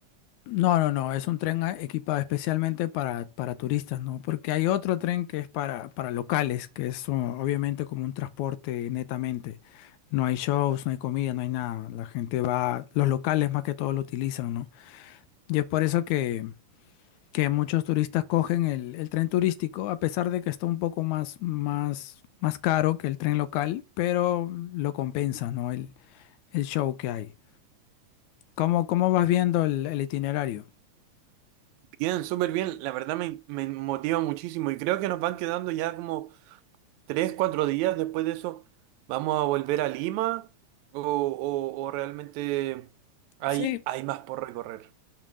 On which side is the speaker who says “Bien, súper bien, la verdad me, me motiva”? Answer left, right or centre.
Right